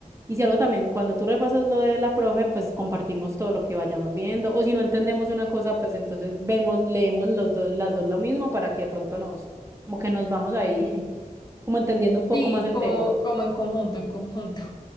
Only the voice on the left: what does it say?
Sí,
como,
como en conjunto, en conjunto.